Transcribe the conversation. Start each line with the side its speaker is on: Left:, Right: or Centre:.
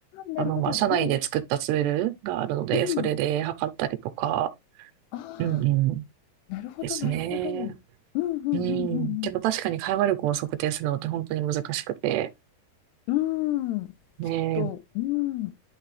Left: ー、なるほど。
Right: あの、まあ、社内で作ったツールがあるので、
Left: うん、うん。
Right: それで測ったりとか、
Left: あ
Right: うんうん、
Left: なるほどなるほど。
Right: ですね。
Left: うんうんうん
Right: うん。けど確かに会話力を測定するのって本当に難しくて、
Left: うんうん。うーん、
Right: ね、
Left: きっと、うーん、